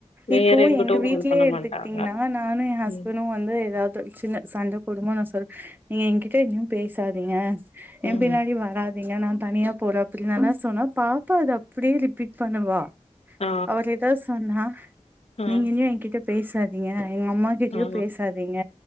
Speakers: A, on the left; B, on the right.
A: வேற
B: இப்போ
A: எங்கிட்டு
B: எங்க வீட்லே
A: இது பண்ண
B: எடுத்துக்கிட்டீங்ன்னா
A: மாட்டாங்க
B: நானு ஏ ஹஸ்பன்டு
A: ம்
B: வந்து ஏதாவது சின்ன சண்ட போடு போது நா சொல்வ நீ ஏகிட்ட எதையு பேசாதீங்க
A: ம்
B: ஏ பினாடி வராதீங்க நா தனியா போற அப்டின்னா சொன்னா பாக் ப்பா அத அப்டியே ரிபீட் பண்ணுவா
A: ஆ
B: அவர் ஏதாது சொன்னா
A: ஆ
B: நீங்க ஏ எ கிட்ட பேசாதீங்க எங்க அம்மா கிட்டயு
A: ஆ
B: பேசாதீங்க